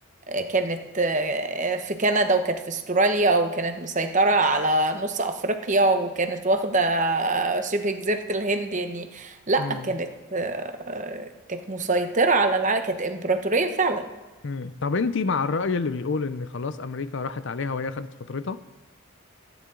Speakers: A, on the right (about 35°); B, on the left (about 55°).
A: آه، كانت آه، في كندا وكانت في استراليا وكانت مسيطرة على نص أفريقيا وكانت واخدة آه، شبه جزيرة الهند يعني لا
B: مم.
A: كانت آه، كانت مسيطرة على العالم كانت إمبراطورية فعلا
B: مم. طب انتي مع الرأي اللي بيقول ان خلاص امريكا راحت عليها وهي خدت فترتها